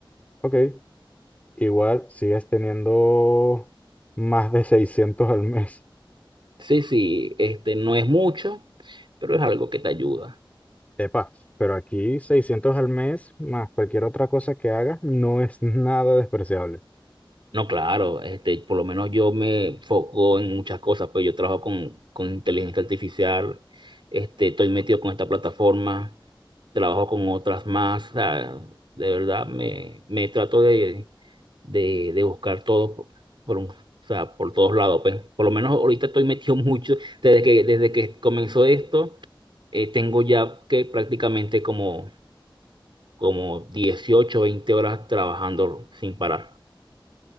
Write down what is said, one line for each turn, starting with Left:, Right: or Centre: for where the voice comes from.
Left: Ok. Igual sigues teniendo más de 600 al mes.
Right: Sí, sí, este, no es mucho, pero es algo que te ayuda.
Left: Epa, pero aquí 600 al mes más cualquier otra cosa que hagas no es nada despreciable.
Right: No, claro, este, por lo menos yo me foco en muchas cosas, pues yo trabajo con, con inteligencia artificial, este, estoy metido con esta plataforma, trabajo con otras más, o sea, de verdad me, me trato de, de, de buscar todo por, por un- o sea, por todos lados, pues por lo menos ahorita estoy metido <laughs> mucho, desde que, desde que comenzó esto, eh, tengo ya que prácticamente como, como 18, 20 horas trabajando sin parar.